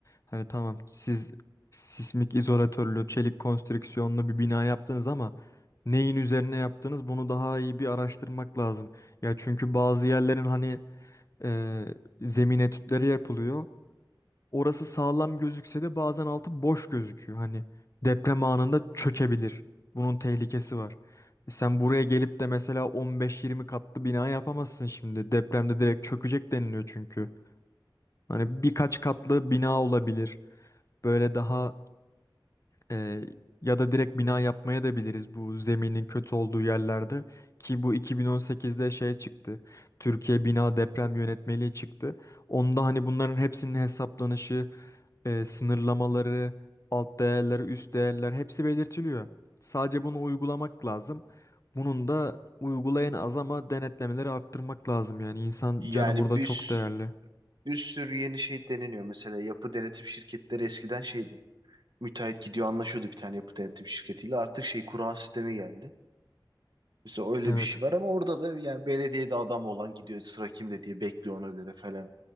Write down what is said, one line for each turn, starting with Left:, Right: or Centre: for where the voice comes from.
Left: hani tamam siz sismik izolatörlü çelik konstrüksiyonlu bir bina yaptınız ama neyin üzerine yaptınız bunu daha iyi bir araştırmak lazım. Ya çünkü bazı yerlerin hani e, zemin etütleri yapılıyor. Orası sağlam gözükse de bazen altı boş gözüküyor. Hani deprem anında çökebilir. Bunun tehlikesi var. E Sen buraya gelip de mesela 15-20 katlı bina yapamazsın şimdi. Depremde direkt çökecek deniliyor çünkü. Hani birkaç katlı bina olabilir. Böyle daha e, ya da direkt bina yapmaya da biliriz bu zeminin kötü olduğu yerlerde. Ki bu 2018'de şey çıktı. Türkiye Bina Deprem Yönetmeliği çıktı. Onda hani bunların hepsinin hesaplanışı e, sınırlamaları, alt değerler, üst değerler hepsi belirtiliyor. Sadece bunu uygulamak lazım. Bunun da uygulayan az ama denetlemeleri arttırmak lazım yani insan
Right: Yani
Left: canı burada
Right: bir
Left: çok değerli.
Right: Bir sürü yeni şey deneniyor. Mesela yapı denetim şirketleri eskiden şeydi. Müteahhit gidiyor anlaşıyordu bir tane yapı denetim şirketiyle. Artık şey kura sistemi geldi. Mesela öyle
Left: Evet,
Right: bir şey var ama orada da yani belediyede adam olan gidiyor sıra kimde diye bekliyor ona göre falan.